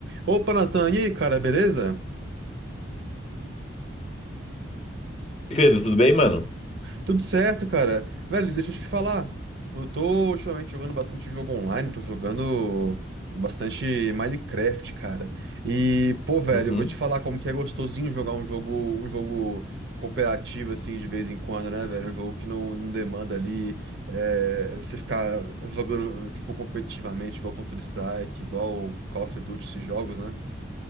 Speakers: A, on the right; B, on the left.
A: Opa, Natan, e aí, cara, beleza?
B: Pedro, tudo bem, mano?
A: Tudo certo, cara. Velho, deixa eu te falar. Eu tô ultimamente jogando bastante jogo online, tô jogando bastante Minecraft, cara. E, pô, velho,
B: Uhum.
A: eu vou te falar como que é gostosinho jogar um jogo, um jogo cooperativo, assim, de vez em quando, né, velho? Um jogo que não, não demanda ali é, você ficar jogando, tipo, competitivamente, igual Counter-Strike, igual Call of Duty, esses jogos, né?